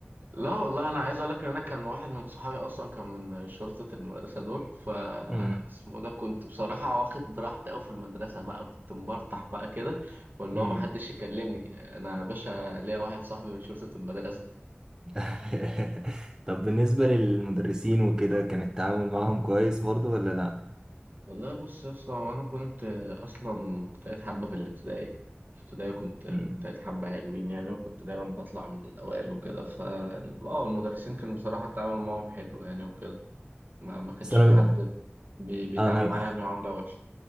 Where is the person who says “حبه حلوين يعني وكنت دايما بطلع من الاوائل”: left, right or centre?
Right